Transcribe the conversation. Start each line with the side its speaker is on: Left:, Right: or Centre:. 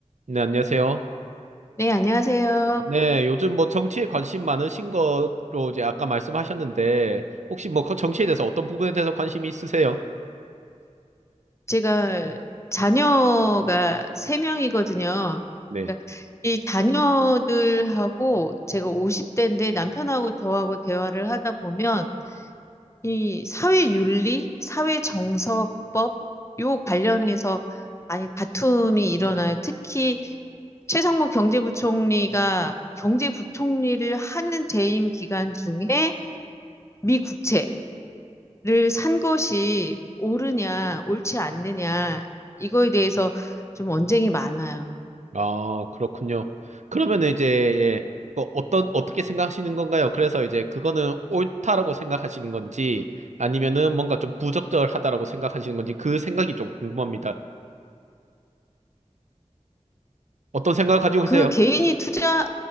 Right: 네, 안녕하세요.
Left: 네, 안녕하세요.
Right: 네, 요즘 뭐 정치에 관심 많으신 거로 이제 아까 말씀하셨는데, 혹시 뭐 그 정치에 대해서 어떤 부분에 대해서 관심이 있으세요?
Left: 제가 자녀가 세명이거든요
Right: 네.
Left: 그러니까 이 자녀들하고 제가 50대인데 남편하고 저하고 대화를 하다 보면 이 사회윤리, 사회정서법 요 관련해서 많이 다툼이 일어나요. 특히 최상무 경제부총리가 경제부총리를 하는 재임 기간 중에 미 국채 를 산 것이 옳으냐, 옳지 않느냐, 이거에 대해서 좀 언쟁이 많아요.
Right: 아, 그렇군요. 그러면 이제, 예, 그 어떤, 어떻게 생각하시는 건가요? 그래서 이제 그거는 옳다라고 생각하시는 건지, 아니면은 뭔가 좀 부적절하다라고 생각하시는 건지, 그 생각이 좀 궁금합니다. 어떤 생각을 가지고 계세요?
Left: 그 개인이 투자,